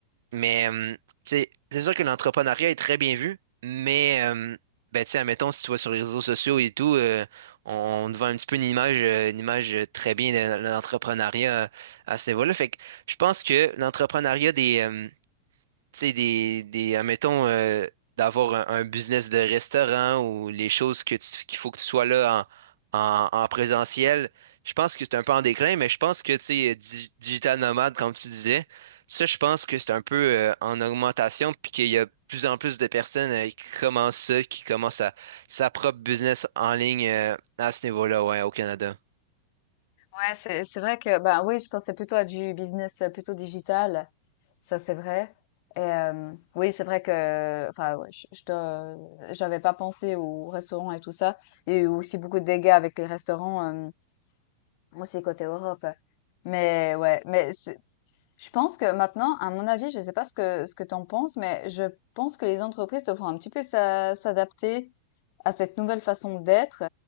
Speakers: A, on the right (about 75°); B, on the left (about 50°).
A: Mais euh, tu sais, c'est sûr que l'entrepreneuriat est très bien vu, mais euh, ben, tu sais, admettons, si tu vas sur les réseaux sociaux et tout, euh, on, on te vend un petit peu une image, euh, une image euh, très bien de, de l'entrepreneuriat euh, à ce niveau-là. Fait que je pense que l'entrepreneuriat des, euh, tu sais, des, des, admettons, euh, d'avoir un, un business de restaurant ou les choses que tu- qu'il faut que tu sois là en, en, en présentiel, je pense que c'est un peu en déclin, mais je pense que, tu sais, di- digital nomade, comme tu disais, ça, je pense que c'est un peu euh, en augmentation, puis qu'il y a de plus en plus de personnes euh, qui commencent ça, qui commencent à, sa propre business en ligne euh, à ce niveau-là, ouais, au Canada.
B: Ouais, c'est, c'est vrai que, bah oui, je pensais plutôt à du business euh, plutôt digital. Ça, c'est vrai. Et hem, oui, c'est vrai que enfin, ouais, je je te j'avais pas pensé aux restaurants et tout ça. Il y a eu aussi beaucoup de dégâts avec les restaurants, hem, aussi côté Europe. Mais ouais, mais je pense que maintenant, à mon avis, je ne sais pas ce que, ce que tu en penses, mais je pense que les entreprises devront un petit peu s'a- s'adapter à cette nouvelle façon d'être